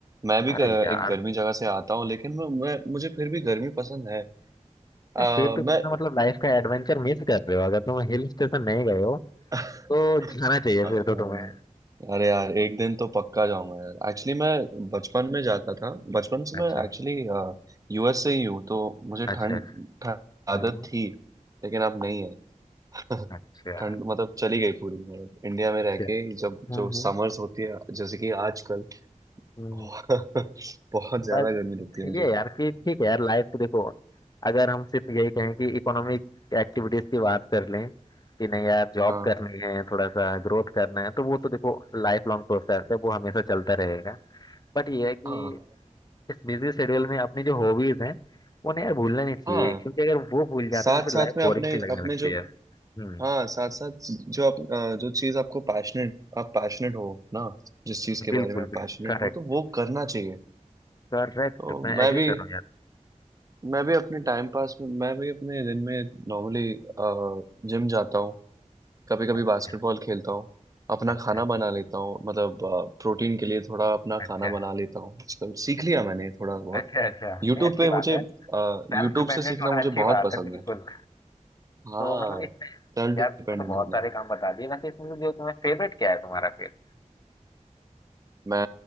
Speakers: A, on the right; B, on the left.
A: मैं भी
B: अरे
A: क-
B: यार
A: एक गर्मी जगह से आता हूँ लेकिन मैं, मैं मुझे फिर भी गर्मी पसंद है अ,
B: नहीं, फिर तो
A: मैं
B: तुमने मतलब लाइफ का एडवेंचर मिस कर रहे हो अगर तुम हिल स्टेशन नहीं गए हो
A: <laughs>
B: तो जाना चाहिए
A: हाँ
B: फिर तो तुम्हें
A: अरे यार एक दिन तो पक्का जाऊंगा यार एक्चुअली मैं बचपन में जाता था बचपन से मैं
B: अच्छा
A: एक्चुअली यूएस से ही हूँ तो मुझे
B: अच्छा
A: ठंड
B: अच्छा
A: ठंड आदत
B: हम्म
A: थी लेकिन अब नहीं है <laughs>
B: अच्छा
A: ठंड मतलब चली गई पूरी मतलब इंडिया में रह
B: अच्छा
A: के जब
B: हम्म
A: जो
B: हम्म
A: समर्स होती है जैसे कि आजकल
B: हम्म।
A: <laughs> बहुत ज्यादा
B: बस
A: गर्मी लगती है मुझे
B: ये यार कि ठीक है यार लाइफ तो देखो अगर हम सिर्फ यही कहें कि इकोनॉमिक एक्टिविटीज की बात कर लें कि नहीं यार जॉब
A: हाँ
B: करनी है थोड़ा सा ग्रोथ करना है तो वो तो देखो लाइफ लॉन्ग प्रोसेस है वो हमेशा चलता रहेगा बट ये है कि
A: हाँ
B: इस बिजी शेड्यूल में अपनी जो हॉबीज हैं उन्हें यार भूलना नहीं चाहिए
A: हाँ
B: क्योंकि अगर वो भूल जाते
A: साथ
B: हैं तो
A: साथ
B: फिर लाइफ
A: में
B: बोरिंग
A: अपने
B: सी लगने
A: अपने
B: लगती
A: जो
B: है हम्म
A: हाँ साथ साथ जो आप अ, जो चीज आपको पैशनेट आप पैशनेट हो ना जिस चीज के
B: बिल्कुल
A: बारे में आप
B: बिल्कुल
A: पैशनेट
B: करेक्ट
A: हो तो वो करना चाहिए
B: करेक्ट
A: तो
B: मैं
A: मैं
B: एग्री
A: भी
B: कर रहा हूँ यार
A: मैं भी अपने टाइम पास में मैं भी अपने दिन में नॉर्मली जिम जाता हूँ कभी कभी
B: अच्छा
A: बास्केटबॉल खेलता हूँ अपना
B: अच्छा
A: खाना बना लेता हूँ मतलब प्रोटीन के लिए थोड़ा अपना
B: अच्छा
A: खाना बना लेता हूँ आजकल सीख लिया मैंने थोड़ा बहुत
B: अच्छा अच्छा
A: यूट्यूब
B: नहीं अच्छी
A: पे मुझे
B: बात है
A: यूट्यूब
B: सेल्फ डिपेंडेंट
A: से सीखना
B: होना
A: मुझे
B: अच्छी
A: बहुत
B: बात
A: पसंद
B: है बिल्कुल
A: है हाँ
B: तो मतलब इसमें
A: सेल्फ
B: यार
A: डिपेंडेंट
B: तुमने तो बहुत
A: होना
B: सारे काम बता दिए वैसे इसमें से जो तुम्हें फेवरेट क्या है तुम्हारा फिर
A: मैं